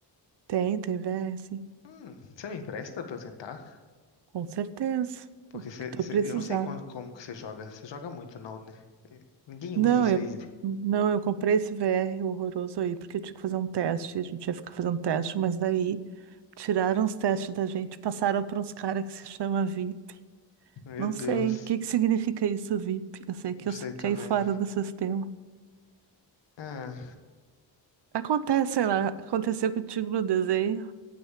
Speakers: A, on the right; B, on the left.
A: tem, tem, VS.
B: Hum, você me empresta pra eu tentar?
A: Com certeza.
B: Porque
A: O
B: você,
A: que tu
B: você-
A: precisar.
B: eu não sei como, como que você joga. Você joga muito, não, né? Ninguém
A: Não,
B: usa isso
A: eu
B: aí.
A: não, eu comprei esse VR horroroso aí, porque eu tinha que fazer um teste, a gente ia ficar fazendo teste, mas daí tiraram os testes da gente, passaram para uns caras que se chama VIP.
B: Meu
A: Não
B: Deus.
A: sei o que que significa isso, VIP. Eu sei que
B: Não
A: eu
B: sei também.
A: caí fora do sistema.
B: Ah,
A: Acontece, sei lá, aconteceu contigo no desenho,